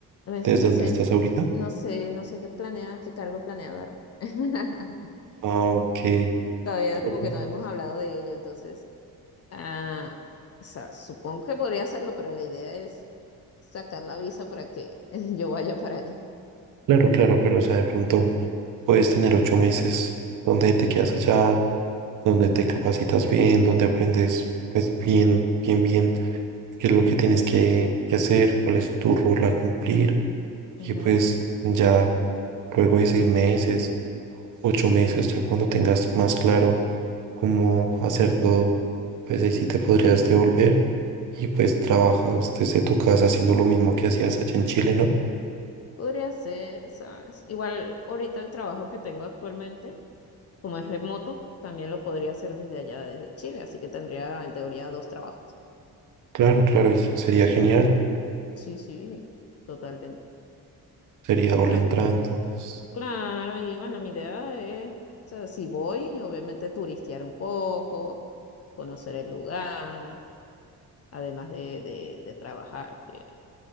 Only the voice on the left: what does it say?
Es
que no
sé,
no sé, no sé qué planea, qué cargo planea darme. <laughs>
Todavía
como
que no hemos hablado de ello, entonces, ah, o sea, supongo que podría hacerlo, pero la idea es sacar la visa para que <laughs> yo vaya para allá.
Ujú.
Podría ser, ¿sabes? Igual ahorita el trabajo que tengo actualmente, como es remoto, también lo podría hacer desde allá, desde Chile, así que tendría en teoría dos trabajos.
Sí, sí, totalmente. O
sea,
mi-
claro, y bueno, mi idea es, o sea, si voy, obviamente turistear un poco, conocer el lugar, además de, de, de trabajar, que